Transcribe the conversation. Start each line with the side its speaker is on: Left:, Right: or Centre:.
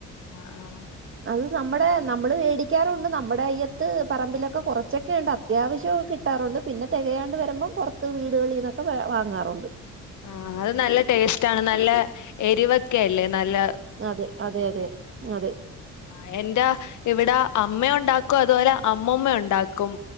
Left: ആഹ് ആഹ്
Right: അത് നമ്മുടെ നമ്മള് വേടിക്കാറുണ്ട്. നമ്മുടെ അയ്യത്ത് പറമ്പിലൊക്കെ കുറച്ചൊക്കെയൊണ്ട് അത്യാവശ്യം കി കിട്ടാറുണ്ട് പിന്നെ തെകയാണ്ട് വരുമ്പം പൊറത്ത് വീടുകളീന്നൊക്കെ വേ വാങ്ങാറുണ്ട്.
Left: ആഹ് അത് നല്ല ടേസ്റ്റാണ്. നല്ല എരിവക്കെയല്ലേ നല്ല.
Right: അതെ അതെ അതെ അതെ.
Left: ആ എന്റെ ഇവിടെ അമ്മണ്ടാക്കും അതുപോലെ അമ്മമ്മ ഉണ്ടാക്കും.